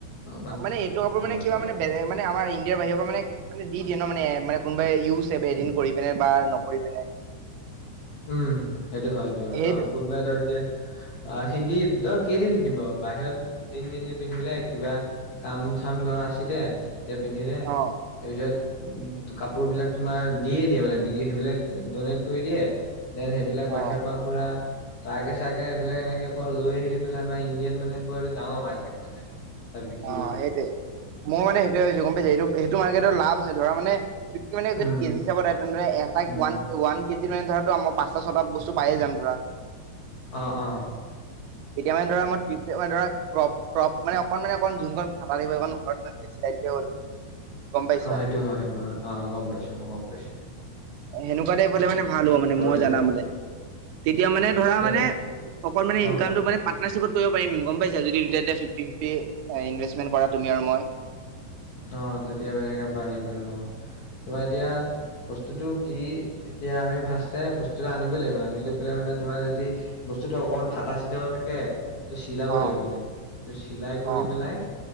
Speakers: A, on the left; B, on the right.
A: অকমান
B: মানে এইটো কাপোৰ
A: উম
B: মানে কিবা
A: কোৱা
B: মানে বেলে মানে আমাৰ ইডিয়াৰ বাহিৰৰ পৰা মানেে দিয়ে ন মানে মানে কোনোবাই ইউজ এদিন কৰি পিনে বা নকৰি পিনে
A: উম সেইটো হয় সটো হয়
B: সেইটো
A: আৰু কোনোবাই ধ এতিয়া অ হিন্দী দ কেইদিন পিন্ধিব বাহিৰত দুদিন তিনদিন পিন্ধিলে কিবা কাম ধ আছিলে তেতিয়া পিন্ধিলে
B: অ
A: তাৰপিছত উ কাপোৰ বিিলাক তোমাৰ দিয়ে দিয়ে মানে বি সেইবিলাক ডনেট কৰি দিয়ে দেন সেইবিলাক
B: অ
A: বাহিৰৰ পৰা পুৰা তাকে চাকে এইবিলাক এনেকে প লৈ আহিলি পেলাই আমাৰ ইণ্ডিয়াত মানে বটো ডাঙৰ মাৰ্কেট মানে এখন তাত বিক্ৰী
B: অ
A: কৰে মানে।
B: সেইটয়ে মোৰ মানে সেইটোয়েছো গম পাইছে এইটো সেইটো মাৰ্কেটত লাভ আছে ধৰা মানে কি মানে
A: উম,
B: যদি কেজিচত তেনেহ এ
A: উম।
B: ৱান ওৱান কেজিন মানে ধৰাটো আমাৰ পাঁচটা ছটা বস্তু পায়য়ে যাম ধৰা
A: অ অ
B: এতিয়া মানে ধৰা মপ মানে ধৰা্ৰপ্ৰপ মানে অকণ মানে অকণ যোনখনণ ভাল লাগিব অণ ঘৰত ম হ'ল গম পাইছা
A: অ সেইটো হয় সেইটো হয় অ গম পাইছো মই গম পাইছো
B: সেনেকুৱা টাইপ হলে মানে ভাল হব মানে মই
A: লাগিব।
B: জানা বোলে তেতিয়া মানে ধৰা
A: এতিয়া
B: মানে
A: তুম
B: অক মে
A: অ'।
B: ইনকাম মান পাৰ্টাৰশ্বপত কৰিব পাৰিম গম পাইছ য দু ইনভেষ্টমেন্ট কৰা তুমি আৰু মই
A: অ', তেতিয়া এনেকে পাৰি বাৰু অ'। তোমাৰ এতিয়া বস্তুতটো কি এতিয়া আমি ফাৰে বস্তুটো আনিব লাগিব আনি লৈ পেলাই মানে তোমাৰ যদি বস্তুটো অকমান ফাটা চিটাাও থাকে ত চিলাব
B: অ
A: লাগিব মানে এইটো চিলাই কৰি
B: অ
A: পেলাই